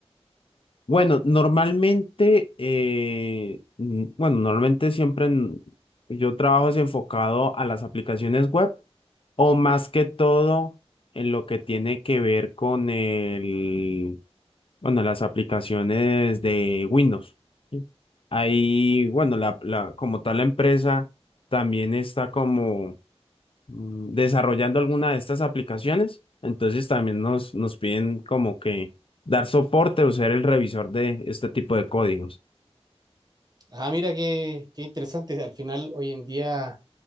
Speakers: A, on the left; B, on the right.
A: Bueno, normalmente, eh, mm, bueno, normalmente siempre en- yo trabajo es enfocado a las aplicaciones web o más que todo en lo que tiene que ver con el, bueno, las aplicaciones de Windows. ¿sí? Ahí, bueno, la, la, como tal la empresa también está como mm, desarrollando alguna de estas aplicaciones. Entonces también nos, nos piden como que dar soporte o ser el revisor de este tipo de códigos.
B: Ah, mira qué, qué interesante. Al final, hoy en día,